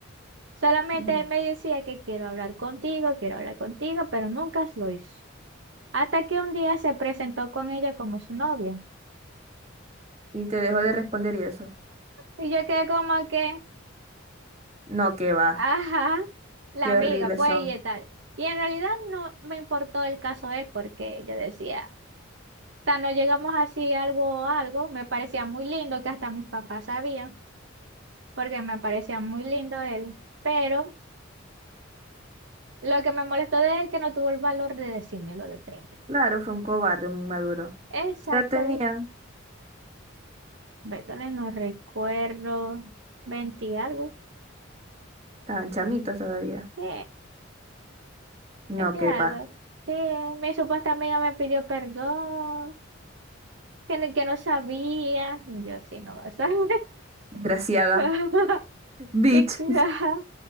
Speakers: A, on the right (about 60°); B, on the right (about 30°).
A: solamente
B: Ujú.
A: él me decía que quiero hablar contigo, quiero hablar contigo, pero nunca lo hizo. Hasta que un día se presentó con ella como su novia.
B: y te dejó de responder y eso.
A: Y yo quedé como que,
B: No, qué va.
A: ajá, la
B: Qué
A: amiga,
B: horribles
A: pues
B: son.
A: y tal. Y en realidad no me importó el caso de él porque yo decía... sea, no llegamos así algo a algo. Me parecía muy lindo, que hasta mis papás sabían, porque me parecía muy lindo él. Pero lo que me molestó de él que no tuvo el valor de decírmelo de frente.
B: Claro, fue un cobarde, un inmaduro.
A: Exacto,
B: Ya tenían,
A: él. Bertale, no recuerdo. 20 algo.
B: estaban chamitos todavía.
A: Sí, 20
B: No, qué
A: algo.
B: va.
A: Sí, mi supuesta amiga me pidió perdón, que no, que no sabía. Y yo sí, no lo sabía.
B: Desgraciada.
A: <laughs>
B: Bitch.
A: Y que, ajá.